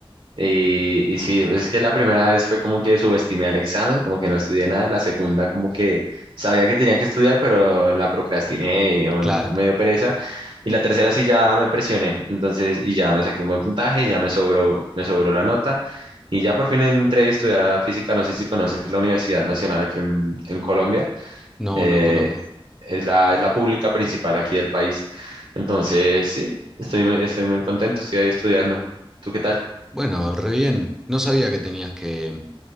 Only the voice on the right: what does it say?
Y, y sí, pues es que la primera vez fue como que subestimé al examen, como que no estudié nada. La segunda como que sabía que tenía que estudiar, pero la procrastiné, y, o,
me dio pereza. Y la tercera sí ya me presioné, entonces, y ya me saqué un buen puntaje, ya me sobró, me sobró la nota. Y ya por fin entré a estudiar a física, no sé si conoces la Universidad Nacional aquí en, en Colombia.
eh,
es la, es la pública principal aquí del país. Entonces, sí, estoy muy, estoy muy contento, estoy ahí estudiando. ¿Tú qué tal?